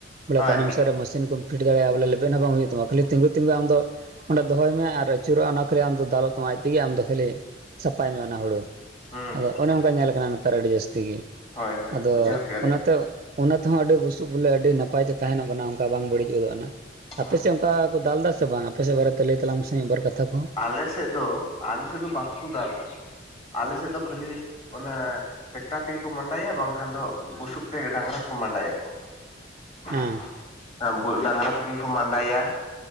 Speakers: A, on the right; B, on the left.
A: ᱵᱚᱞᱮ
B: ᱦᱳᱭ
A: ᱛᱟᱭᱱᱚᱢ
B: ᱦᱳᱭ
A: ᱥᱮᱫ ᱨᱮ ᱢᱤᱥᱤᱱ ᱠᱚ ᱯᱷᱤᱴ ᱫᱟᱲᱮᱭᱟᱜᱼᱟ ᱵᱚᱞᱮ ᱞᱮᱵᱮᱫ ᱦᱚᱸ ᱵᱟᱝ ᱦᱩᱭᱩᱜ ᱛᱟᱢᱟ ᱠᱷᱟᱹᱞᱤ ᱛᱤᱸᱜᱩ ᱛᱤᱸᱜᱩ ᱟᱢ ᱫᱚ ᱚᱸᱰᱮ ᱫᱚᱦᱚᱭ ᱢᱮ ᱟᱨ ᱟᱹᱪᱩᱨᱚᱜᱼᱟ ᱚᱱᱟ ᱠᱷᱟᱹᱞᱤ ᱟᱢ ᱫᱚ ᱫᱟᱞ ᱛᱚᱢᱟᱡᱽ ᱛᱮᱜᱮ ᱟᱢᱫᱚ ᱠᱷᱟᱹᱞᱤ ᱥᱟᱯᱷᱟᱭ ᱢᱮ ᱚᱱᱟ ᱦᱩᱲᱩ
B: ᱦᱩᱸ
A: ᱟᱫᱚ
B: ᱦᱩᱸ
A: ᱚᱱᱮ ᱚᱱᱠᱟ ᱧᱮᱞ ᱟᱠᱟᱱᱟ ᱛᱟᱨ ᱟᱹᱰᱤ ᱡᱟᱹᱥᱛᱤ ᱜᱤ
B: ᱦᱳᱭ ᱦᱳᱭ
A: ᱟᱫᱚ
B: ᱵᱩᱡᱷᱟᱹᱣ ᱠᱮᱜᱼᱟ ᱞᱤᱧ
A: ᱚᱱᱟᱛᱮ ᱚᱱᱟ ᱛᱮᱦᱚᱸ ᱟᱹᱰᱤ ᱵᱩᱥᱩᱵ ᱵᱚᱞᱮ ᱟᱹᱰᱤ ᱱᱟᱯᱟᱭ ᱛᱮ ᱛᱟᱦᱮᱱᱚᱜ ᱠᱟᱱᱟ ᱚᱱᱠᱟ ᱵᱟᱝ ᱵᱟᱹᱲᱤᱡᱚᱜ ᱠᱟᱱᱟ
B: ᱦᱩᱸ
A: ᱟᱯᱮ ᱥᱮᱫ
B: ᱦᱩᱸ
A: ᱚᱱᱠᱟ ᱠᱚ ᱫᱟᱞ ᱫᱟ ᱥᱮ ᱵᱟᱝ ᱟᱯᱮ ᱥᱮᱫ ᱵᱟᱨᱮᱛᱮ ᱞᱟᱹᱭ ᱛᱟᱞᱟᱝ ᱢᱮ ᱥᱮ ᱢᱤᱫᱵᱟᱨ ᱠᱟᱛᱷᱟ ᱠᱚ
B: ᱟᱞᱮ ᱥᱮᱫ ᱫᱚ ᱟᱞᱮ ᱥᱮᱫ ᱫᱚ ᱵᱟᱠᱩ ᱫᱟᱞᱟ ᱟᱞᱮ ᱥᱮᱫ ᱫᱚ ᱠᱷᱟᱹᱞᱤ ᱚᱱᱟ ᱴᱮᱠᱴᱟᱨ ᱛᱮᱜᱮ ᱠᱚ ᱢᱟᱸᱰᱟᱭᱟ ᱵᱟᱝᱠᱷᱟᱱ ᱫᱚ ᱵᱩᱥᱩᱵ ᱛᱮ ᱰᱟᱝᱨᱟ ᱛᱮᱠᱚ ᱢᱟᱸᱰᱟᱭᱟ ᱠᱚ <unintelligible>
A: ᱦᱮᱸ
B: <unintelligible> ᱰᱟᱝᱨᱟ ᱛᱤᱜᱮ ᱠᱩ ᱢᱟᱰᱟᱭᱟ